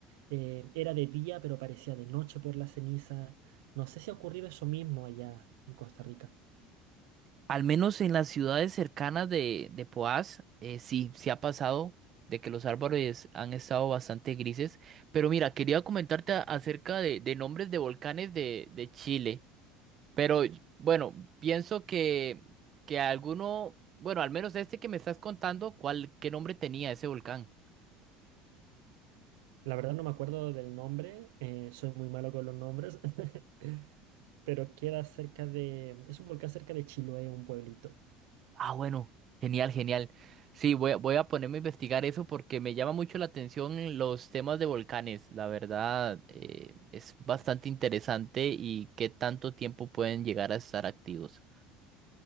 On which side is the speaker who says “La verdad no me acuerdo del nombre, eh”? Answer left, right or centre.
Right